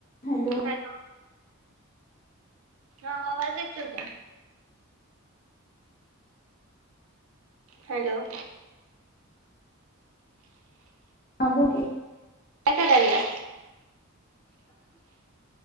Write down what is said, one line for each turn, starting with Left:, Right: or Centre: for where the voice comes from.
Left: Hello!
Right: Hello! हा आवाज येतोय का? हॅलो!
Left: हा बोल की.
Right: काय करायला?
Left: <inaudible>